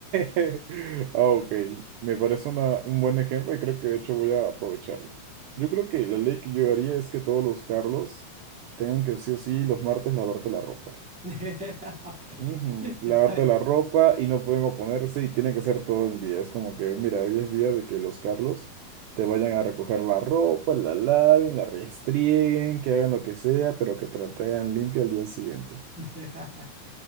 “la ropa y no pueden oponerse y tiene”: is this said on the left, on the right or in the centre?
Right